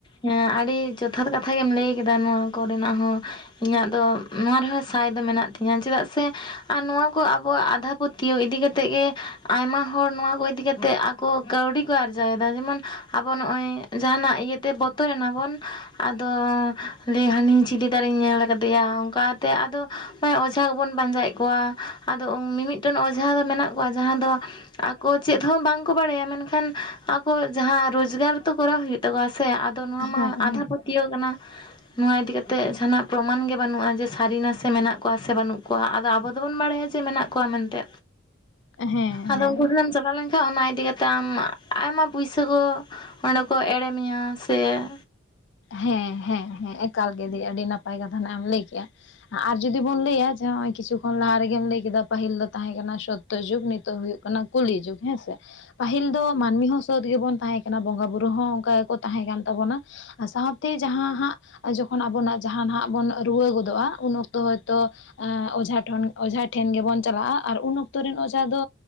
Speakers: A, on the left; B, on the left.
A: ᱦᱮᱸ ᱟᱹᱰᱤ ᱡᱚᱛᱷᱟᱛ ᱠᱟᱛᱷᱟ ᱜᱮᱢ ᱞᱟᱹᱭ ᱠᱮᱫᱟ ᱱᱚᱣᱟ ᱠᱚᱨᱮᱱᱟᱜ ᱦᱚᱸ ᱾ ᱤᱧᱟᱜ ᱫᱚ ᱱᱚᱣᱟ ᱨᱮᱦᱚᱸ ᱥᱟᱭ ᱫᱚ ᱢᱮᱱᱟᱜ ᱛᱤᱧᱟᱹ, ᱪᱮᱫᱟᱜ ᱥᱮ ᱟᱨ ᱱᱚᱣᱟ ᱠᱚ ᱟᱵᱚᱣᱟᱜ ᱟᱸᱫᱷᱟ ᱯᱟᱹᱛᱭᱟᱹᱣ ᱤᱫᱤ ᱠᱟᱛᱮᱫ ᱜᱮ ᱟᱭᱢᱟ ᱦᱚᱲ ᱱᱚᱣᱟ ᱠᱚ ᱤᱫᱤ ᱠᱟᱛᱮ ᱠᱚ ᱠᱟᱹᱣᱰᱤ ᱠᱚ ᱟᱨᱡᱟᱣᱮᱫᱟ ᱡᱮᱢᱚᱱ ᱟᱵᱚ ᱱᱚᱜᱼᱚᱭ ᱡᱟᱦᱟᱸᱱᱟᱜ ᱤᱭᱟᱹᱛᱮ ᱵᱚᱛᱚᱨ ᱮᱱᱟᱵᱚᱱ ᱟᱫᱚ ᱞᱟᱹᱭ ᱦᱟᱹᱱᱤ ᱪᱤᱞᱤ ᱫᱟᱨᱤᱧ ᱧᱮᱞ ᱠᱟᱫᱮᱭᱟ, ᱚᱱᱠᱟᱛᱮ ᱟᱫᱚ ᱢᱟᱱᱮ ᱚᱡᱷᱟ ᱜᱮᱵᱚᱱ ᱯᱟᱸᱡᱟᱭᱮᱫ ᱠᱚᱣᱟ᱾ ᱟᱫᱚ ᱢᱤ-ᱢᱤᱫᱴᱮᱱ ᱚᱡᱷᱟ ᱫᱚ ᱢᱮᱱᱟᱜ ᱠᱚᱣᱟ ᱡᱟᱦᱟᱸ ᱫᱚ ᱟᱠᱚ ᱪᱮᱫ ᱦᱚᱸ ᱵᱟᱝᱠᱚ ᱵᱟᱲᱟᱭᱟ ᱢᱮᱱᱠᱷᱟᱱ ᱟᱠᱚ ᱡᱟᱸᱦᱟᱸ ᱨᱳᱡᱽᱜᱟᱨ ᱛᱚ ᱠᱚᱨᱟᱣ ᱦᱩᱭᱩᱜ ᱛᱟᱠᱚᱣᱟ ᱥᱮ ᱟᱫᱚ ᱱᱚᱣᱟ ᱢᱟ
B: ᱦᱮᱸ ᱦᱮᱸ
A: ᱟᱸᱫᱷᱟ ᱯᱟᱹᱛᱭᱟᱹᱣ ᱠᱟᱱᱟ ᱾ ᱱᱚᱣᱟ ᱤᱫᱤ ᱠᱟᱛᱮ ᱡᱟᱦᱟᱸᱱᱟᱜ ᱯᱨᱚᱢᱟᱱ ᱜᱮ ᱵᱟᱹᱱᱩᱜᱼᱟ ᱡᱮ ᱥᱟᱹᱨᱤ ᱱᱟᱥᱮ ᱢᱮᱱᱟᱜ ᱠᱚᱣᱟ ᱥᱮ ᱵᱟᱹᱱᱩᱜ ᱠᱚ ᱣᱟ ᱟᱫᱚ ᱟᱵᱚ ᱫᱚᱵᱚᱱ ᱵᱟᱲᱟᱭᱟ ᱡᱮ ᱢᱮᱱᱟᱜ ᱠᱚᱣᱟ ᱢᱮᱱᱛᱮ
B: <inaudible> ᱦᱮᱸ
A: ᱟᱫᱚ
B: ᱦᱮᱸ
A: ᱩᱱᱠᱩ ᱴᱷᱮᱱᱮᱢ ᱪᱟᱞᱟᱣ ᱞᱮ ᱠᱷᱟᱱ ᱚᱱᱟ ᱤᱫᱤ ᱠᱟᱛᱮ ᱟᱢ ᱟᱭᱢᱟ ᱯᱩᱭᱥᱟᱹ ᱠᱚ ᱚᱸᱰᱮ ᱠᱚ ᱮᱲᱮ ᱢᱮᱭᱟ ᱥᱮ ᱾
B: ᱦᱮᱸ ᱦᱮᱸ ᱦᱮᱸ ᱮᱠᱟᱞ ᱜᱮ ᱫᱤ ᱟᱹᱰᱤ ᱱᱟᱯᱟᱭ ᱠᱟᱛᱷᱟ ᱱᱷᱟᱜ ᱮᱢ ᱞᱟᱹᱭ ᱠᱮᱜᱼᱟ ᱾ ᱟᱨ ᱡᱩᱫᱤ ᱵᱚᱱ ᱞᱟᱹᱭᱟ ᱡᱮ ᱱᱚᱜᱼᱚᱭ ᱠᱤᱪᱷᱩ ᱠᱷᱚᱱ ᱞᱟᱦᱟ ᱨᱮᱜᱮᱢ ᱞᱟᱹᱭ ᱠᱮᱫᱟ ᱯᱟᱹᱦᱤᱞ ᱫᱚ ᱛᱟᱸᱦᱮ ᱠᱟᱱᱟ ᱥᱚᱛ ᱛᱚ ᱡᱩᱜᱽ ᱱᱤᱛᱚᱜ ᱦᱩᱭᱩᱜ ᱠᱟᱱᱟ ᱠᱩᱞᱤ ᱡᱩᱜᱽ ᱦᱮᱸᱥᱮ ᱾ ᱯᱟᱹᱦᱤᱞ ᱫᱚ ᱢᱟᱹᱱᱢᱤ ᱦᱚᱸ ᱥᱚᱛ ᱜᱮᱵᱚᱱ ᱛᱟᱸᱦᱮ ᱠᱟᱱᱟ ᱵᱚᱸᱜᱟ ᱵᱩᱨᱩ ᱦᱚᱸ ᱚᱱᱠᱟ ᱜᱮᱠᱚ ᱛᱟᱸᱦᱮ ᱠᱟᱱ ᱛᱟᱵᱚᱱᱟ ᱾ ᱥᱟᱶᱛᱮ ᱡᱟᱸᱦᱟ ᱦᱟᱸᱜ ᱡᱚᱠᱷᱚᱱ ᱟᱵᱚᱱᱟᱜ ᱡᱟᱸᱦᱟ ᱱᱟᱜ ᱵᱚᱱ ᱨᱩᱣᱟᱹ ᱜᱚᱫᱚᱜᱼᱟ, ᱩᱱ ᱚᱠᱛᱚ ᱦᱚᱭᱛᱚ ᱚᱡᱷᱟ ᱴᱷᱚᱱ ᱚᱡᱷᱟ ᱴᱷᱮᱱ ᱜᱮᱵᱚᱱ ᱪᱟᱞᱟᱜᱼᱟ ᱟᱨ ᱩᱱ ᱚᱠᱛᱚ ᱨᱮᱱ ᱚᱡᱷᱟ ᱫᱚ